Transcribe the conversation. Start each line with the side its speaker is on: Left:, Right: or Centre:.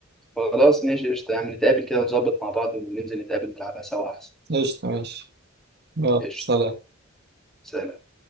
Centre: خلاص ماشي قشطة يعني نتقابل كده ونظبط مع بعض وننزل نتقابل نلعبها سوا أحسن
Right: قشطة ماشي يلا
Centre: قشطة
Right: سلام
Centre: سلام